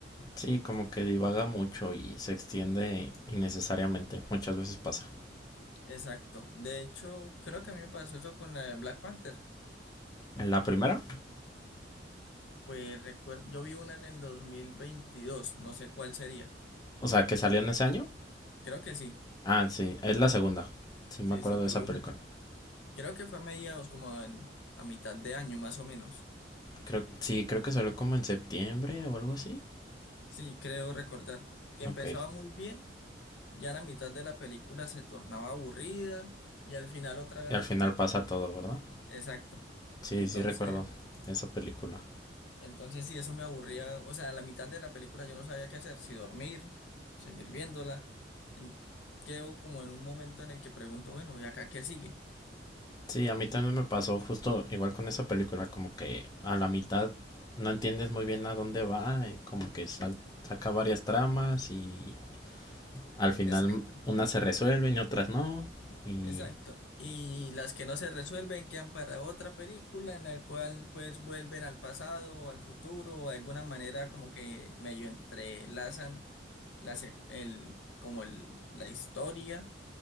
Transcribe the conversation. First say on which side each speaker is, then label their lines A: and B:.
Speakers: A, on the left; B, on the left.
A: Sí, como que divaga mucho y se extiende innecesariamente. Muchas veces pasa.
B: Exacto. De hecho, creo que a mí me pasó eso con la de Black Panther.
A: En la primera,
B: Pues recuerdo, yo vi una en el 2022. no sé cuál sería.
A: O sea, que salió en ese año.
B: Creo que sí.
A: Ah, sí, es la segunda. Sí, me
B: Sí,
A: acuerdo
B: sí,
A: de
B: yo
A: esa
B: vi
A: película.
B: una. Creo que fue a mediados, como en- a mitad de año más o menos.
A: Creo, sí, creo que salió como en septiembre o algo así.
B: Sí, creo recordar que empezaba
A: Ok.
B: muy bien, ya la mitad de la película se tornaba aburrida y al final otra vez
A: Y al
B: retomaba.
A: final pasa todo, ¿verdad?
B: Exacto.
A: Sí,
B: Entonces,
A: sí recuerdo esa película.
B: Entonces, sí, eso me aburría. O sea, a la mitad de la película yo no sabía qué hacer, si dormir, seguir viéndola. En- quedo como en un momento en el que pregunto, bueno, ¿y acá qué sigue?
A: Sí, a mí
B: Y-
A: también me pasó justo igual con esa película, como que a la mitad no entiendes muy bien a dónde va y como que sal- saca varias tramas y al final
B: exacto,
A: unas se resuelven y otras no. Y
B: exacto. Y las que no se resuelven quedan para otra película en la cual pues vuelven al pasado o al futuro o de alguna manera como que medio entrelazan la se- el, como el, la historia